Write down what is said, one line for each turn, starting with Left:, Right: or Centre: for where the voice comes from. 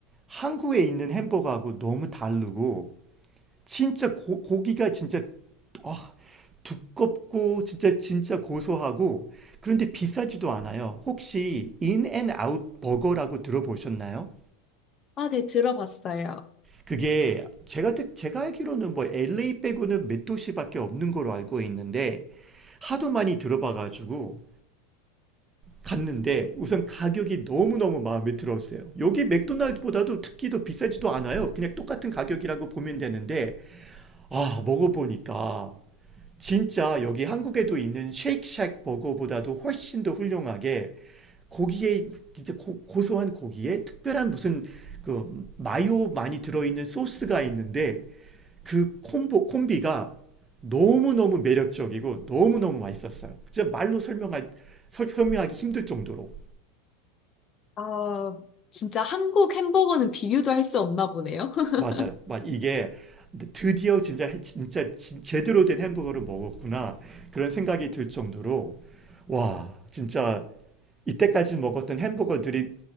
Right: 한국에 있는 햄버거하고 너무 다르고 진짜 고, 고기가 진짜 아, 두껍고 진짜 진짜 고소하고 그런데 비싸지도 않아요. 혹시 인앤아웃 버거라고 들어보셨나요?
Left: 아, 네, 들어봤어요.
Right: 그게 제가 듣- 제가 알기로는 뭐 LA 빼고는 몇 도시밖에 없는 걸로 알고 있는데 하도 많이 들어봐가지고 갔는데 우선 가격이 너무너무 마음에 들었어요. 여기 맥도날드보다도 특히 더 비싸지도 않아요. 그냥 똑같은 가격이라고 보면 되는데 아 먹어보니까 진짜 여기 한국에도 있는 쉐이크쉑 버거보다도 훨씬 더 훌륭하게 고기에 진짜 고, 고소한 고기에 특별한 무슨 그 마요 많이 들어있는 소스가 있는데 그 콤보 콤비가 너무너무 매력적이고 너무너무 맛있었어요. 진짜 말로 설명할 설- 설명하기 힘들 정도로
Left: 아, 진짜 한국 햄버거는 비교도 할 수 없나 보네요. <laughs>
Right: 맞아요. 막 이게 드디어 진짜 해- 진짜 진- 제대로 된 햄버거를 먹었구나 그런 생각이 들 정도로 와 진짜 이때까지 먹었던 햄버거들이